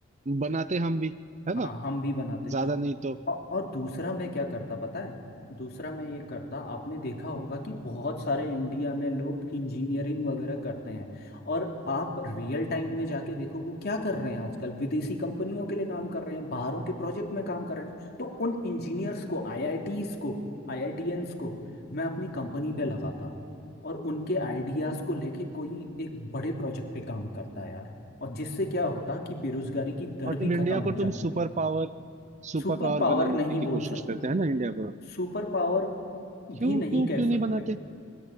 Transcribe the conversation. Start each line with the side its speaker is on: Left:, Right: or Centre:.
Right: बनाते हम भी है
Left: हाँ
Right: ना
Left: हम भी बनाते हैं
Right: ज्यादा नहीं तो
Left: औ- और दूसरा मैं क्या करता पता है दूसरा मैं ये करता आपने देखा होगा कि बहुत सारे इंडिया में लोग इंजीनियरिंग वगैरह करते हैं और आप रियल टाइम में जाके देखो वो क्या कर रहे हैं आजकल विदेशी कंपनियों के लिए काम कर रहे हैं बाहरों के प्रोजेक्ट में काम कर रहे हैं तो उन इंजीनियर्स को आईआईटीज को आईआईटीएंस को मैं अपनी कंपनी पे लगाता और उनके आइडियाज को लेके कोई एक बड़े प्रोजेक्ट पे काम करता यार और जिससे क्या होता कि बेरोजगारी की दर
Right: मतलब
Left: भी खत्म
Right: इंडिया
Left: हो
Right: को तुम
Left: जाती
Right: सुपर पावर सुपर
Left: सुपर
Right: पावर
Left: पावर
Right: बनाने
Left: नहीं
Right: की कोशिश
Left: बोल सकते
Right: करते हैं ना इंडिया को
Left: सुपर पावर
Right: क्यों
Left: भी नहीं
Right: क्यों
Left: कह
Right: क्यों नहीं
Left: सकते
Right: बनाते